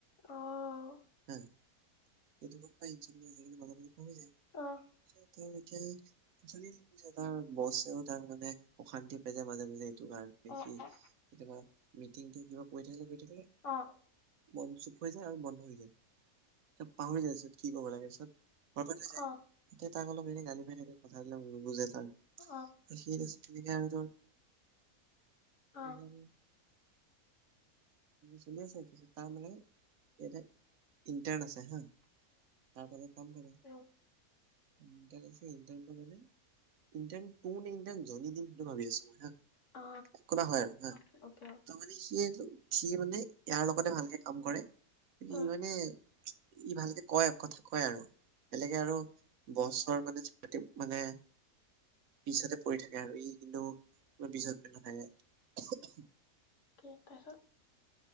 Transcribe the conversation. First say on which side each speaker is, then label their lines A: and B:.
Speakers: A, on the left; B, on the right.
A: অ',
B: হা সেইটো গম পায় ইনঞ্চমিয়া আছে, কিন্তু মাজে-মাজে পাহৰি যায়।
A: অ',
B: তেওঁ এতিয়া উ <inaudible> চলি আছে। তাৰ বছেও তাক মানে অশান্তি পাই যায় মাজে- মাজে এইটো কাৰণে
A: অ',
B: সি
A: অ',
B: কেতিয়াবা মিটিংটো কিবা কৰি থাকিলে কৰি থাকিলে
A: অ', অ',
B: মন চুপ হৈ যায় আৰু বন্ধ হৈ যাযব পাহৰি যায় এতিয়া কি কৰিব লাগেত ঘৰ যায়
A: অ', অ', অ',
B: এয়া তাক অলপ নে গালি মাই থাকে। কথা দিলো। বুজে যাম
A: উম,
B: সেই আৰু তোৰ <unintelligible>
A: উম,
B: চলি আছেত তাৰ মানে এ ইণ্টাৰ্ণ আছে হা তাৰ তলত কাম কৰে ইণ্টাৰ্ণ
A: উম,
B: আছে ইণ্টাৰ্ণটো মানে ইণ্টাৰ্ণ টো না ইণ্টাৰ্ণ জনি নে সেইটো ভাবি আছো মই হা
A: অ',
B: একোবা হয় আৰু হা
A: অকে, অকে,
B: ত মানে সি সি মানে ইয়াৰ লগতে ভালকে কাম কৰে
A: অ',
B: ই মানে ই ভালকে কয় কথা কয় আৰু বেলেগে আৰু বছৰ মানে-মানে পিছতে পৰি থাকে আৰু ই কিন্তু পিছত পৰি নাথাকে
A: ক তাৰ পাছত